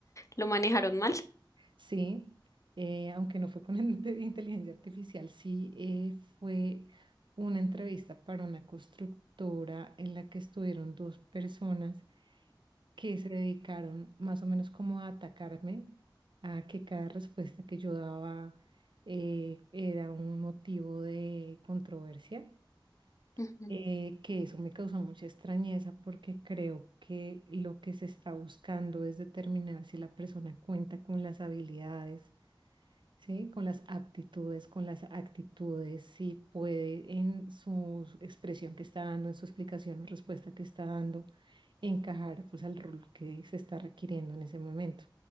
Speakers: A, on the left; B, on the right.
A: lo manejaron mal?
B: Sí, eh, aunque no fue con <laughs> inte- inteligencia artificial, sí eh, fue una entrevista para una constructora en la que estuvieron dos personas que se dedicaron más o menos como a atacarme, a que cada respuesta que yo daba eh, era un motivo de controversia.
A: Ujú.
B: eh, que eso me causó mucha extrañeza porque creo que lo que se está buscando es determinar si la persona cuenta con las habilidades, ¿sí? Con las aptitudes, con las actitudes, si puede en su expresión que está dando, en su explicación o respuesta que está dando, encajar pues al rol que se está requiriendo en ese momento.